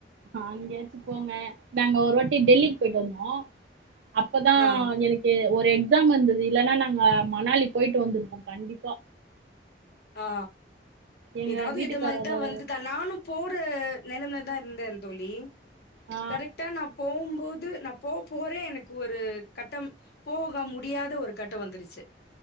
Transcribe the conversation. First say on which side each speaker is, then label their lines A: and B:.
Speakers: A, on the right; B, on the left.
A: ஆ அங்கயாச்சு போங்க நாங்க ஒரு வாட்டி டெல்லிக்கு போயிட்டு வந்தோ அப்பதா
B: ஆ,
A: எனக்கு ஒரு எக்ஸாம் வந்தது இல்லனா நாங்க மணாலி போயிட்டு வந்திருப்போ கண்டிப்பா
B: ஆ
A: எங்க
B: ஏதாவது
A: வீட்டுக்காரோட
B: இத மாரிதா வந்ததா நானு போற நிலைம்ல தா இருந்தே தோழி
A: ஆ
B: கரெக்டா நா போம்போது நா போபோறே எனக்கு ஒரு கட்டம் போக முடியாத ஒரு கட்ட வந்துருச்சு